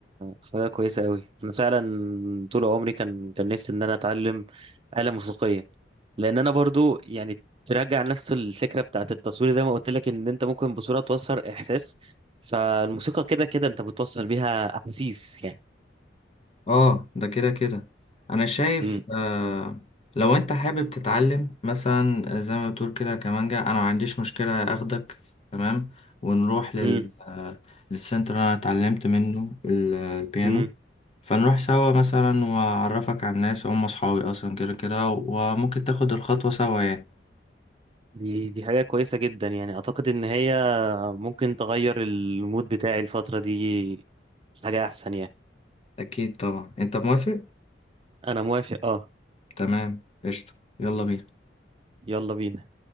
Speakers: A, on the right (about 30°); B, on the left (about 35°).
A: حاجة كويسة قوي انا فعلا طول عمري كان كان نفسي ان انا اتعلم آلة موسيقية لان انا برضو يعني ترجع نفس الفكرة بتاعت التصوير زي ما قلت لك ان انت ممكن بصورة توصل احساس فالموسيقى كده كده انت بتوصل بيها احاسيس
B: اه ده كده كده انا شايف
A: مم.
B: آه لو انت حابب تتعلم مثلا آه، زي ما بتقول كده كمانجا انا ما عنديش مشكلة اخدك تمام ونروح لل
A: مم.
B: آه للسنتر اللي انا اتعلمت منه ال- آه، البيانو
A: مم.
B: فنروح سوا مثلا واعرفك على الناس هم اصحابي اصلا كده كده وممكن تاخد الخطوة سوا يعني
A: دي دي حاجة كويسة جدا يعني أعتقد إن هي ممكن تغير المود بتاعي الفترة دي حاجة أحسن يعني
B: اكيد طبعا انت موافق
A: أنا موافق أه
B: تمام قشطة يلا بينا
A: يلا بينا